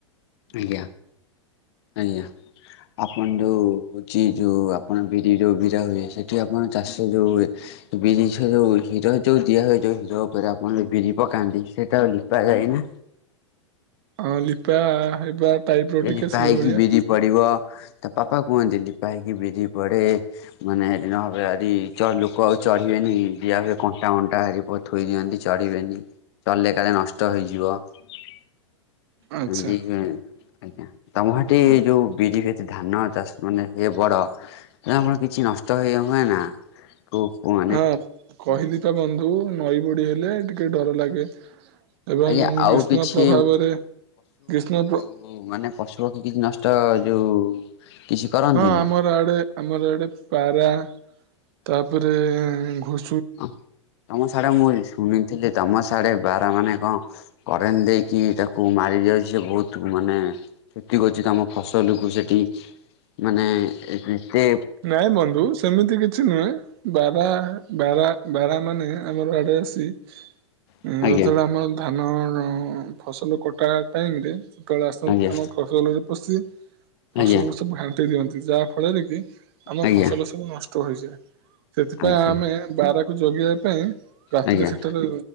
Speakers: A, on the left; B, on the right.
A: ଆଜ୍ଞା ଆଜ୍ଞା। ଆପଣ ଯୋଉ ହେଉଚି ଯୋଉ ଆପଣ ବିରି ର ବିରା ହୁଏ ସେଠି ଆପଣ ଚାଷ ଯୋଉ ହୁଏ ବିରି ଛୋ ହିର ଯୋଉ ଦିଆ ହୁଏ ଯୋଉ ହିର ଉପରେ ଆପଣ ବିରି ପକାନ୍ତି ସେଇଟା ଲିପା ଯାଏ ନା?
B: ଅ ଲିପା ହେବା ଟାଇପ ର ଟିକେ
A: ଲିପା
B: ସେଇଭଳିଆ
A: ହେକି ବିରି ପଡିବ ତା ପାପା କୁହନ୍ତି ଲିପା ହେକି ବିରି ପଡେ ମାନେ ହେରି ନହ ଆରି ଲୋକ ଆଉ ଚଢିବେନି ଦିଆ ହୁଏ କଣ୍ଟାକଣ୍ଟା ଏହିଭଳି ଥୋଇ ଦିଅନ୍ତି ଚଢିବେନି ଚଢିଲେ କାଳେ ନଷ୍ଟ ହେଇଯିବ। <inaudible>
B: ଆଚ୍ଛା
A: ଆଜ୍ଞା ତମ ସେଠି ଯୋଉ ବିରି ହେଛି ଧାନ ଚାଷ ମାନେ ହେ ବଡ ତ ଆମର କିଛି ନଷ୍ଟ ହୋଇଯାଉ ହୁଏ ନା? ଓ ହୋ।
B: ହଁ କହିଲି ତ ବନ୍ଧୁ ନଈ ବୁଡି ହେଲେ ଟିକେ ଡର ଲାଗେ। ଏବଂ
A: ଆଜ୍ଞା ଆଉ
B: ଗ୍ରୀଷ୍ମ
A: କିଛି
B: ପ୍ରଭାବରେ ଗ୍ରୀଷ୍ମ ପ୍ର
A: ହ ମାନେ ପଶୁ ପକ୍ଷୀ କିଛି ନଷ୍ଟ ଯୋଉ କିଛି କରନ୍ତିନି
B: ହଁ ଆମର ଆଡେ ଆମର ଆଡେ ପାରା ତାପରେ ଘୁ
A: ହ ତମ ସାଡେ ମୁଁ ଶୁଣିଥିଲି ତମ ସାଡେ ବାରହା ମାନେ କଣ କରେଣ୍ଟ ଦେଇକି ତାକୁ ମାରିଦିଆ ଯାଉଛି ବହୁତ ମାନେ ସେତିକ ଅଛି ତମ ଫସଲକୁୁ ସେଠି ମାନେ ଯେତେ
B: ନାଇଁ ବନ୍ଧୁ ସେମିତି କିଛି ନୁହେଁ ବାରହା ବାରା ବାରା ମାନେ ଆମର ଆଡେ ଆସି
A: ଆଜ୍ଞା
B: ଯେତେବେଳେ ଆମ ଧାନର ଫସଲ କଟା ଟାଇମରେ ଯେତେବେଳେ ଆସନ୍ତି
A: ଆଜ୍ଞା
B: ଆମ ଫ ଫସଲରେ ପଶି ଫସଲକୁ
A: ଆଜ୍ଞା
B: ସବୁ ଘାଣ୍ଟେଇ ଦିଅନ୍ତି ଯାହା ଫଳରେ କି ଆମ
A: ଆଜ୍ଞା
B: ଫସଲ ସବୁ ନଷ୍ଟ ହୋଇଯାଏ ସେଥିପାଇଁ
A: ଆଜ୍ଞା ଆଜ୍ଞା
B: ଆମେ ବାରାକୁ ଜଗିବା ପାଇଁ ରାତିରେ
A: ଆଜ୍ଞା ଆଜ୍ଞା
B: ସେଠାରେ